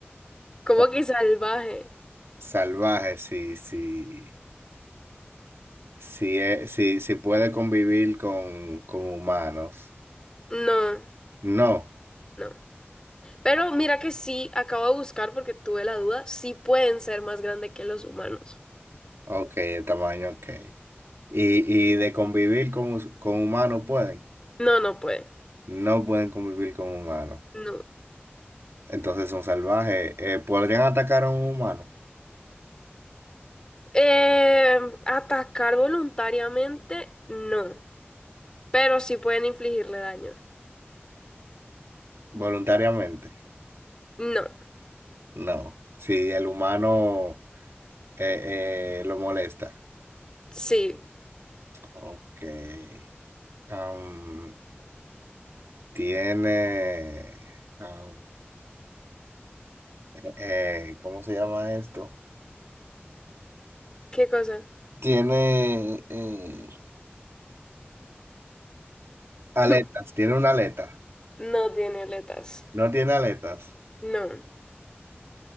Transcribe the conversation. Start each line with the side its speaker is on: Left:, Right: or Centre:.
Left: ¿Cómo
Right: O-
Left: que salvaje?
Right: Salvaje, sí, sí. Sí, eh, sí, sí puede convivir con, con humanos.
Left: No,
Right: No.
Left: no. Pero mira que sí, acabo de buscar porque tuve la duda, sí pueden ser más grandes que los humanos.
Right: Ok, el tamaño, ok. ¿Y, y de convivir con, hus- con humanos pueden?
Left: No, no puede.
Right: No pueden convivir con humanos.
Left: No.
Right: Entonces son salvajes. Eh, ¿podrían atacar a un humano
Left: Eh, atacar voluntariamente, no. Pero sí pueden infligirle daño.
Right: voluntariamente?
Left: No.
Right: No. Si el humano eh, eh, lo molesta.
Left: Sí.
Right: Ok. Am, tiene... am, eh, ¿cómo se llama esto?
Left: ¿Qué cosa?
Right: Tiene eh, aletas.
Left: <laughs>
Right: Tiene una aleta.
Left: No tiene aletas.
Right: No tiene aletas.
Left: No.